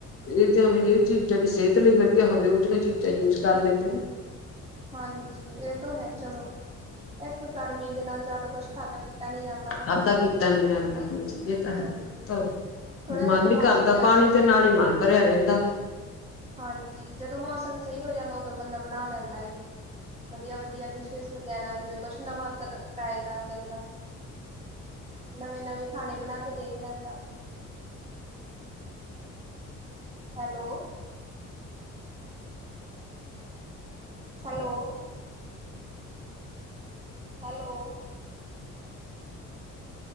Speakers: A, on the left (about 45°); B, on the right (about 20°).
A: ਇਹ ਜ ਵੀ ਚੀਜ਼ ਜਹੜੀ ਸਿਹਤ ਲਈ ਵਧੀਆ ਹੋਵੇ, ਉਹ ਜਿਹੀਆਂ ਚੀਜ਼ਾਂ ਯੂਜ ਕਰ ਲੈਂਦੇ ਨੇ
B: ਹਾਂਜੀ ਇਹ ਤਾਂ ਹੈ, ਚਲੋ ਇੱਕ ਗਰਮੀ ਦੇ ਨਾਲ ਜ਼ਿਆਦਾ ਕੁਛ ਖਾਧਾ ਪੀਤਾ ਨਹੀਂ ਜਾਂਦਾ
A: ਖਾਧਾ
B: ਹੁਣ
A: ਪੀਤਾ ਨੀ ਜਾਂਦਾ ਹਾਂਜੀ, ਇਹ ਤਾਂ
B: ਹਾਂਜੀ
A: ਹੈ।
B: ਥੋੜਾ
A: ਮਨ
B: ਜਦੋਂ
A: ਨੀ
B: ਮੌਸਮ
A: ਕਰਦਾ,
B: ਜਿਹਾ
A: ਪਾਣੀ
B: ਸਹੀ
A: ਤੇ ਨਾਲ
B: ਹੋ ਜਾਏ
A: ਹੀ ਮਨ ਭਰਿਆ ਰਹਿੰਦਾ ਵਾ
B: ਹਾਂਜੀ ਜਦੋਂ ਮੌਸਮ ਸਹੀ ਹੋ ਜਾਂਦਾ, ਉਦੋਂ ਬੰਦਾ ਬਣਾ ਲੈਂਦਾ ਐ। ਵਧੀਆ ਵਧੀਆ ਡਿਸ਼ਿਜ਼ ਵਗੈਰਾ, ਜਿਵੇਂ ਕੁਛ ਨਵਾਂ ਤ ਟਰਾਈ ਕਰ ਲੈਂਦਾ। ਨਵੇਂ- ਨਵੇਂ ਖਾਣੇ ਬਣਾ ਕੇ ਦੇਖ ਲੈਂਦਾ। Hello, hello, hello,